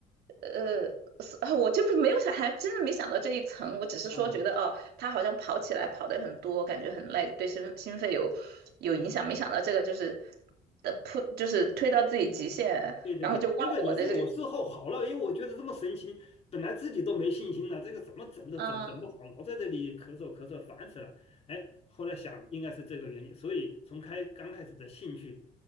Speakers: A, on the right (about 70°); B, on the left (about 35°).
A: 呃，是啊 <laughs> 我就没有想，还真的没想到这一层。我只是说觉得，
B: 嗯。
A: 哦，他好像跑起来跑得很多，感觉很累，对心心肺有有影响。没想到这个就是的扑，就是推到自己极限，
B: 对对对，
A: 然后就忘我的这个
B: 那个也是我事后好了，因为我觉得这么神奇，本来自己都没信心了，这个怎么整都整整不好，
A: <laughs>，嗯，
B: 老在这里咳嗽咳嗽，烦死了。哎，后来想应该是这个原因，所以从开刚开始的兴趣